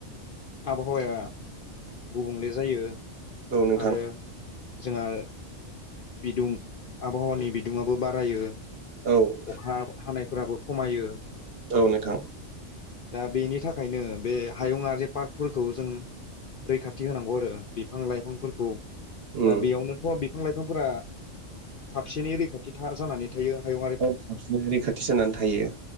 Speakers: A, on the left; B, on the right.
A: आबहावाया गुबुंले जायो
B: औ नोंथां
A: आरो जोंहा बिदुं आबहावानि बिदुयो बारायो।
B: औ।
A: अखा हानायफोराबो खमायो।
B: औ नोंथां।
A: दा बेनि थाखायनो बे हायुंआरि पार्कफोरखौ जों रैखाथि होनांगौ आरो बिफां लाइफांफोरखौ
B: उम
A: दा बेयावनोथ' बिफां लाइफांफोरा साबसिनै रैखाथिा जानानै थायो हायुं
B: औ साबसिनै रैखाथि जानानै थायो।